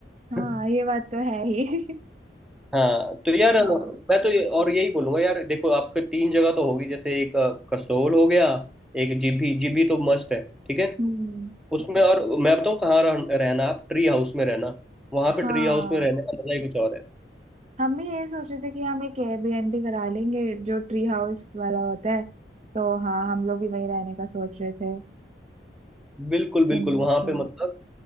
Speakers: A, on the right (about 40°); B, in the centre.
A: हाँ
B: <laughs>
A: ये बात तो है ही
B: हाँ तो यार
A: हाँ
B: मैं तो ये- और यही बोलूंगा यार देखो आपके तीन जगह तो होगी जैसे एक अ, कसोल हो गया एक जीभी जीभी तो मस्ट है ठीक है
A: हम्म
B: उसमें और मैं बताऊँ कहाँ रह, रहना आप ट्री हाउस में रहना वहां पे
A: हाँ
B: ट्री हाउस में रहने का मजा ही कुछ और है
A: हम भी यही सोच रहे थे कि हम एक एयरबीएनबी करा लेंगे जो ट्री हाउस वाला होता है तो हाँ हम लोग भी वही रहने का सोच रहे थे
B: बिल्कुल बिल्कुल
A: सिमिलर
B: वहां
A: से
B: पे मतलब